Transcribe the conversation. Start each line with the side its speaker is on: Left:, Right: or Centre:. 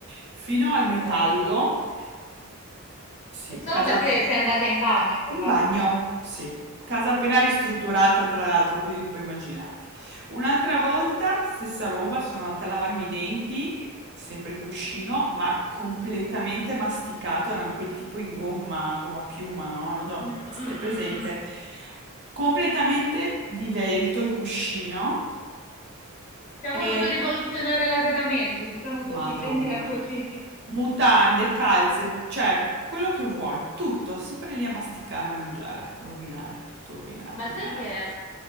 Right: fino al metallo
Left: No,
Right: sì,
Left: È solo
Right: casa
Left: perché
Right: app-
Left: sei andata in bagno in pratica.
Right: in bagno, sì. Casa appena ristrutturata, tra l'altro, quindi ti puoi immaginarti. Un'altra volta, stessa roba, sono andata a lavarmi i denti, e- sempre il cuscino, ma completamente masticato, erano quelli tipo in gomma, gomma piuma, no? Non
Left: Mm, mm,
Right: so, è
Left: <laughs>
Right: presente?
Left: mm, mm.
Right: Completamente divelto il cuscino.
Left: Ti ha voluto
Right: E
Left: rivoluzionare l'arredamento, diciamo
Right: Madonna.
Left: così, prendila così. <laughs>
Right: Mutande, calze, cioè quello che vuoi, tutto, sempre lì a masticare, a mangiare, a rovinare, tutto rovinare,
Left: Ma
Right: rovinare.
Left: sai che,